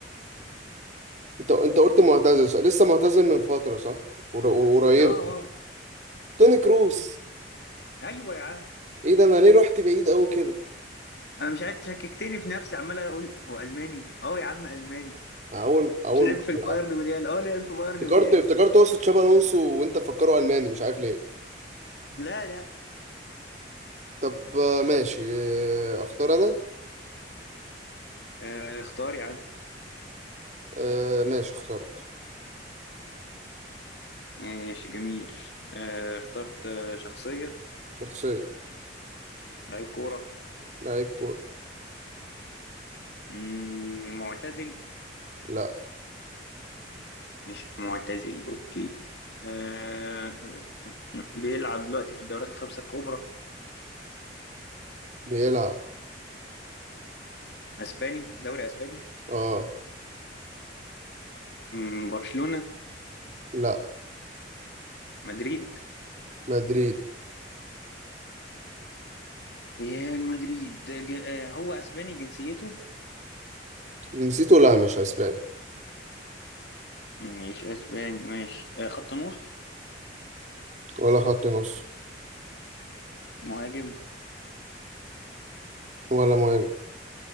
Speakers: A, on the right; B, on the left.
A: انت انت قلت معتزل صح؟ لسه معتزل من فترة صح قر- قريبة
B: اه اه
A: توني كروس
B: ايوه يا عم
A: ايه ده انا ليه رحت بعيد قوي كده
B: انا مش عارف شككتني في نفسي عمال اقول هو الماني اه يا عم الماني
A: اول اول
B: مش لعب
A: مرة
B: في البايرن وريال اه لعب في بايرن
A: افتكرت
B: وريال
A: افتكرت اقصد شابي الونسو وانت مفكره الماني مش عارف ليه
B: لا لا
A: طب آه، ماشي آه، اختار انا
B: آه اختار يا عم
A: آه، ماشي اخترت
B: ماشي جميل آه اخترت آه، شخصية
A: شخصية
B: لعيب كورة
A: لعيب كورة
B: مم، معتزل
A: لا
B: مش معتزل اوكي آه بيلعب دلوقتي في الدوريات الخمسة الكبرى
A: بيلعب
B: اسباني دوري اسباني
A: اه
B: مم، برشلونة
A: لا
B: مدريد
A: مدريد
B: ريال مدريد ج- آه، هو اسباني جنسيته
A: جنسيته لا مش اسباني
B: مش اسباني ماشي آه، خط نص
A: ولا خط نص
B: مهاجم
A: ولا مهاجم